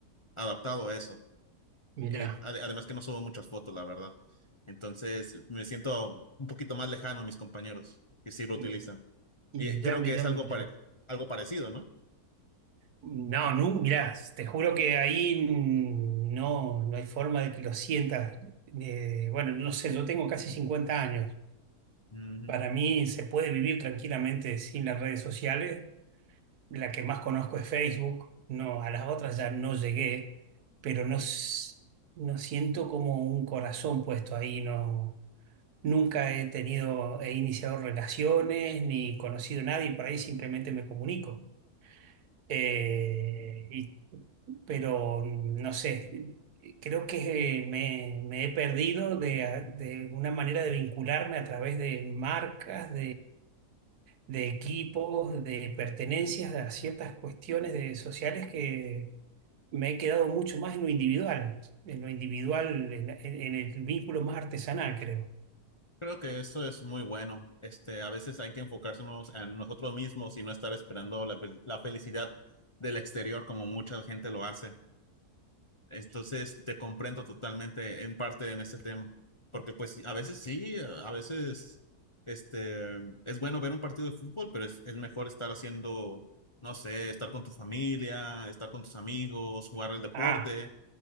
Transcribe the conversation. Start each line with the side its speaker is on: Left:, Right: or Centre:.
Left: adaptado a eso.
Right: mirá,
Left: Y ade- además que no subo muchas fotos, la verdad. Entonces, me siento un poquito más lejano a mis compañeros que sí lo
Right: mi-
Left: utilizan.
Right: mirá,
Left: Y creo
Right: mirá,
Left: que es algo,
Right: mirá.
Left: pare- algo parecido, ¿no?
Right: No, no, mirá, te juro que ahí no, no hay forma de que lo sientas. Eh, bueno, no sé, yo tengo casi 50 años.
Left: Ujú.
Right: Para mí se puede vivir tranquilamente sin las redes sociales La que más conozco es Facebook. No, a las otras ya no llegué, pero no, s- no siento como un corazón puesto ahí. No, nunca he tenido, he iniciado relaciones ni conocido a nadie, por ahí simplemente me comunico. Eh, y- pero no sé, creo que me, me he perdido de, de una manera de vincularme a través de marcas, de equipos, de pertenencias a ciertas cuestiones de, sociales que me he quedado mucho más en lo individual, en lo individual, en, en- en el vínculo más artesanal, creo.
Left: Creo que eso es muy bueno. Este, a veces hay que enfocarse unos- en nosotros mismos y no estar esperando la, fel- la felicidad del exterior como mucha gente lo hace. Entonces, te comprendo totalmente en parte en ese tema, porque pues a veces sí, a veces este, es bueno ver un partido de fútbol, pero es, es mejor estar haciendo, no sé, estar con tu familia, estar con tus amigos, jugar el deporte.
Right: Ah,